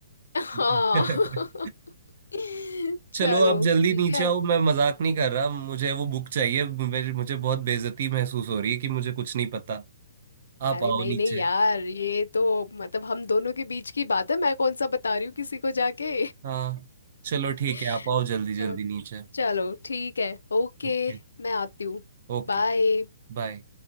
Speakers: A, on the left (about 85°); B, on the right (about 55°).
A: हाँ
B: <laughs>
A: <laughs>
B: चलो
A: चलो
B: अब जल्दी
A: ठीक
B: नीचे
A: है
B: आओ मैं मजाक नहीं कर रहा मुझे वो बुक चाहिए मेरे मुझे बहुत बेइज्जती महसूस हो रही है कि मुझे कुछ नहीं पता आप
A: अरे
B: आओ
A: नहीं
B: नीचे
A: नहीं यार ये तो मतलब हम दोनों के बीच की बात है मैं कौन सा बता रही हूँ किसी को जाके
B: हाँ चलो ठीक
A: <laughs>
B: है आप आओ जल्दी जल्दी
A: तो
B: नीचे
A: चलो ठीक है ओके
B: Okay
A: मैं आती हूँ
B: okay
A: बाय
B: बाय